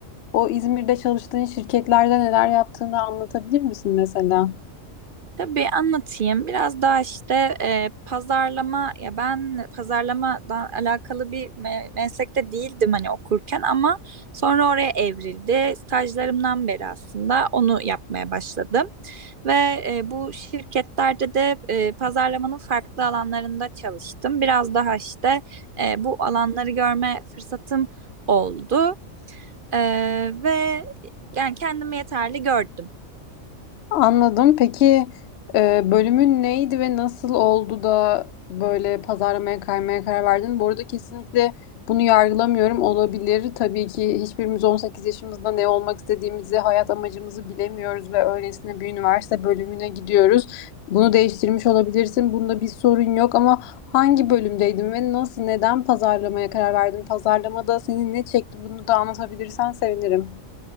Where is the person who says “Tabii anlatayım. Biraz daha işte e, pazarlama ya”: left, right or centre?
Right